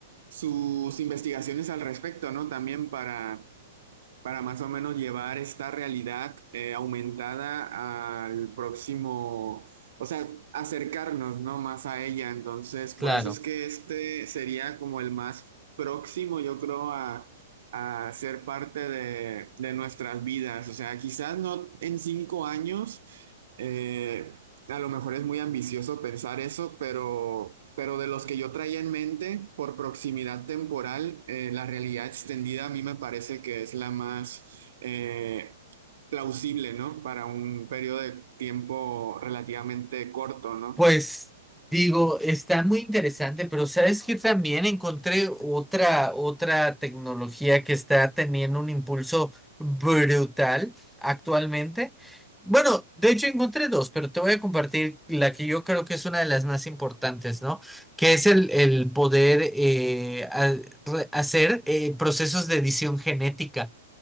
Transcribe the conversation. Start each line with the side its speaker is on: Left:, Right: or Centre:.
Right: sus investigaciones al respecto, ¿no? También para para más o menos llevar esta realidad eh, aumentada al próximo, o sea, acercarnos, ¿no? Más a ella. Entonces, por
Centre: claro.
Right: eso es que este sería como el más próximo, yo creo, a, a ser parte de, de nuestras vidas. O sea, quizás no en cinco años. eh, a lo mejor es muy ambicioso pensar eso, pero, pero de los que yo traía en mente, por proximidad temporal, eh, la realidad extendida a mí me parece que es la más eh, plausible, ¿no? Para un periodo de tiempo relativamente corto, ¿no?
Centre: Pues digo, está muy interesante, pero sabes que también encontré otra, otra tecnología que está teniendo un impulso brutal actualmente. Bueno, de hecho encontré dos, pero te voy a compartir la que yo creo que es una de las más importantes, ¿no? Que es el, el poder eh, ha- re- hacer eh, procesos de edición genética